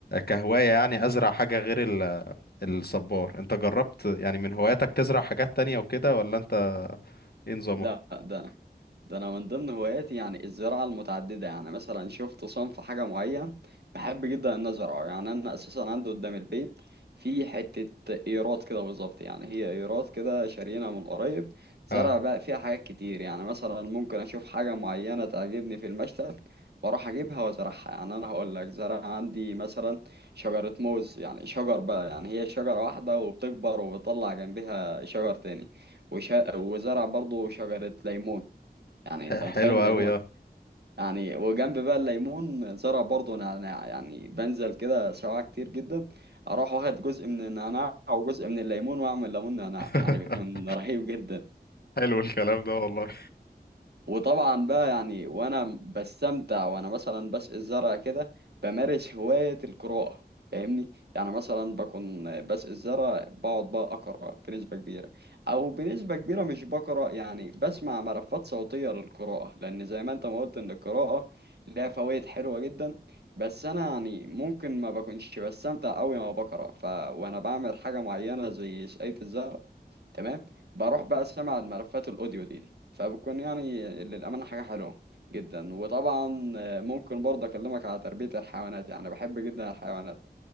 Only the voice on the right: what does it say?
لا ده أنا ده انا من ضمن هواياتي يعني الزراعه المتعدده يعني مثلا شفت صنف حاجه معين بحب جدا ان ازرعه يعني انا اساسا عندي قدام البيت في حته ايرات كده بالظبط يعني هي ايرات كده شارينا من قريب زرع
بقى فيها حاجات كتير يعني مثلا ممكن اشوف حاجه معينه تعجبني في المشتل بروح اجيبها وازرعها يعني انا هقول لك زرع عندي مثلا شجره موز يعني شجر بقى يعني هي شجره واحده وبتكبر وبتطلع جنبها شجر تاني وش... وزرع برضه شجره ليمون يعني
انت
متخيل الليمون
يعني وجنب بقى الليمون زرع برضه انا نعناع يعني بنزل كده سواع كتير جدا اروح واخد جزء من النعناع وجزء من الليمون واعمل ليمون نعناع
يعني بيكون رهيب جدا
وطبعا بقى يعني وانا بستمتع وانا مثلا بسقي الزرع كده بمارس هواية القراءة فاهمني يعني مثلا بكون بسقي الزرع بقعد بقى اقرا بنسبة كبيرة او بنسبة كبيرة مش بقرا يعني بسمع ملفات صوتية للقراءة لان زي ما انت ما قلت ان القراءة لها فوائد حلوة جدا بس انا يعني ممكن ما بكونش بستمتع قوي وانا بقرا ف وانا بعمل حاجة معينة زي سقاية الزرع تمام بروح بقى سمع الملفات الاوديو دي فبتكون يعني للأمانة حاجة حلوة جدا وطبعا آه، ممكن برضه أكلمك على تربية الحيوانات يعني بحب جدا الحيوانات